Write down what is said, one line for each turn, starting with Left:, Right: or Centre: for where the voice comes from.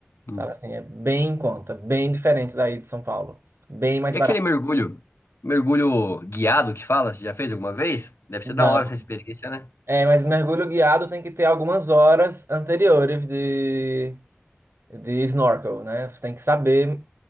Right: sabe?
Left: Uhum.
Right: Assim, é bem em conta, bem diferente daí de São Paulo, bem mais
Left: E
Right: barato.
Left: aquele mergulho, mergulho guiado que fala, você já fez alguma vez? Deve
Right: Não.
Left: ser da hora essa experiência, né?
Right: É, mas mergulho guiado tem que ter algumas horas anteriores de, de snorkel, né? Você tem que saber